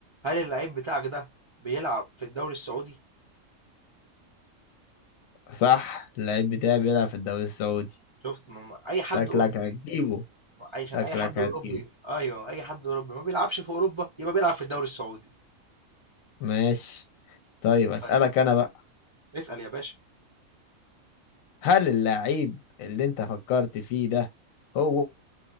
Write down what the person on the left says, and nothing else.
صح اللعيب بتاعي بيلعب في الدوري السعودي
شكلك
هتجيبه
شكلك
هتجيبه
ماشي طيب أسألك
أنا بقى
هل اللاعب اللي أنت فكرت فيه ده هو